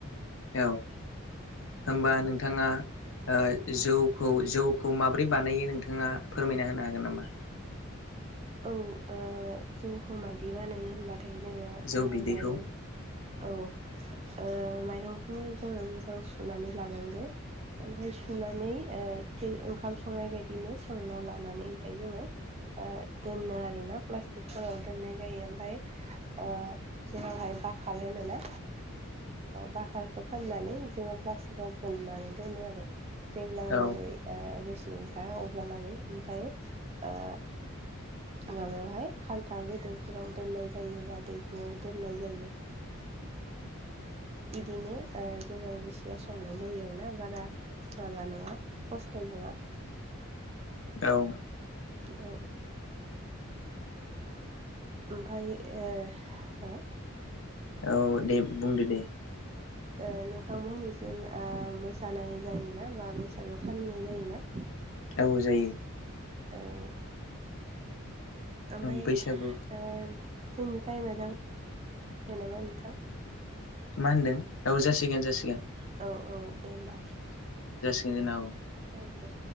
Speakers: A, on the left; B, on the right.
A: औ होनबा
B: औ
A: नोंथाङा ओ जौखौ जौखौ माब्रै बानायो नोंथाङा फोरमायना होनो हागोन नामा
B: औ ओ जौखौ मादि बानायो होनबाथाय जोङो
A: जौ बिदैखौ
B: माइरं औ ओ माइरंखौ जोङो मोजां सुनानै लानांगौ ओमफ्राय सुनानै ओंखाम संनाय बायदिनो संना लानानै ओमफ्राय जोङो ओ दोनो आरोना प्लास्टिकफोराव दोननाय जायो ओमफ्राय ओ जेरावहाय बाखार होनो ना बाखारखौ फाननानै जोङो प्लास्टिक आव बोननानै दोनो आरो जेब्लालागै
A: औ
B: ओ रोसि ओंखारा अब्ला लागै ओमफ्राय ओ माबायावहाय खान्थाल गेदेरफोराव दोननाय जायो बा दैहुआव दोननाय जायो <inaudible> बिदिनो ओ जों रुसिया संनाय जायो आरोना बारा माबा नङा खस्थ' नङा
A: औ
B: औ ओमफ्राय ओ हो
A: औ दे बुंदो दे
B: ओ नोंथांमोननिसिम मोसानाय जायोना बा बैसागो फालिनाय जायोना ना
A: औ जायो
B: औ ओमफ्राय
A: बैसागु
B: ओ जोंनि टाइम जा जाबाय नामा नोंथां
A: मा होनदों औ जासिगोन जासिगोन
B: औ औ दे होमबालाय
A: दिनाव
B: औ दे